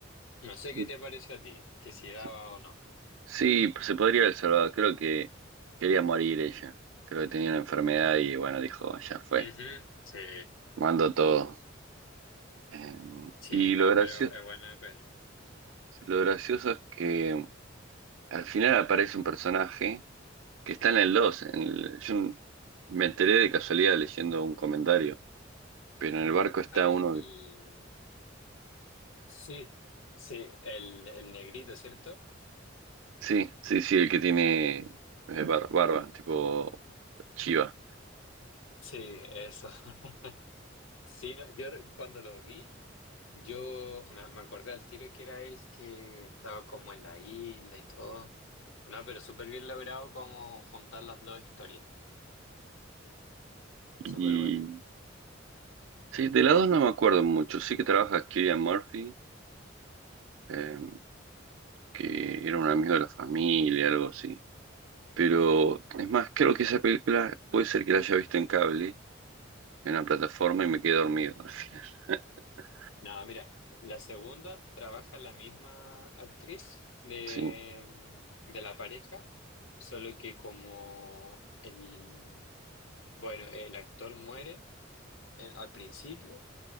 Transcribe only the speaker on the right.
Sí,
sí.
Sí, pues se podría haber salvado. Creo que quería morir ella. Creo que tenía una enfermedad y bueno, dijo, ya fue.
Mando todo. Eh,
y
lo gracioso,
lo gracioso es que al final aparece un personaje que está en el 2 en el- yo me enteré de casualidad leyendo un comentario, pero en el barco está
uno
Sí, sí, sí, el que tiene eh, bar- barba, tipo Chiva.
Y
sí, de la dos no me acuerdo mucho. Sí que trabaja Cillian Murphy, eh, que era un amigo de la familia, algo así. Pero es más, creo que esa película puede ser que la haya visto en cable, en una plataforma, y me quedé dormido al final. <laughs>
Sí,